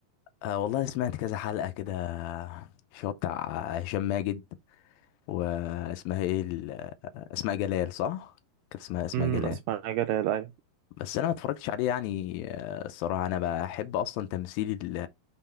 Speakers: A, on the left; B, on the right.
A: آه والله سمعت كذا حلقة كده شو بتاع هشام ماجد واسمها ايه ال- اسماء جلال صح كانت اسمها اسماء
B: امم
A: جلال
B: أسمع جلال أيوة
A: بس انا ما اتفرجتش عليه يعني آه، الصراحة انا بحب اصلا تمثيل ال-